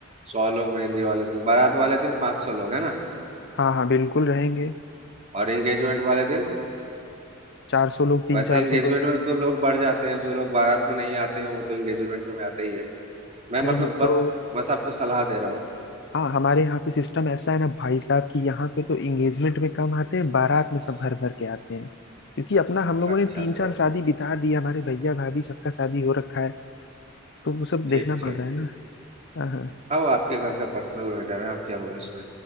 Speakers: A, on the right; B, on the left.
A: सौ लोग मेहंदी वाले दिन बारात वाले दिन पाँच सौ लोग है ना
B: हाँ हाँ बिल्कुल रहेंगे
A: और एंगेजमेंट वाले दिन
B: चार सौ लोग तीन
A: वैसे
B: चार
A: एंगेजमेंट
B: सौ लोग रहेंगे
A: में तो लोग बढ़ जाते हैं जो लोग बारात में नहीं आते हैं वो तो एंगेजमेंट में आते ही है मैं
B: नहीं
A: मतलब
B: नहीं
A: बस
B: तो
A: बस आपको सलाह दे रहा हूँ
B: हाँ हमारे यहाँ पे सिस्टम ऐसा है ना भाई साहब कि यहाँ पे तो एंगेजमेंट में कम आते हैं बारात में सब भर भर के आते हैं क्योंकि अपना हम लोगों
A: अच्छा
B: ने तीन
A: तो
B: चार शादी बिता दी हमारे भैया भाभी सबका शादी हो रखा है तो वो सब
A: ठीक
B: देखना
A: ठीक
B: पड़ रहा है
A: ठीक
B: ना हाँ हाँ
A: हाँ वो आपके घर का पर्सनल मैटर है हम क्या बोले उसमें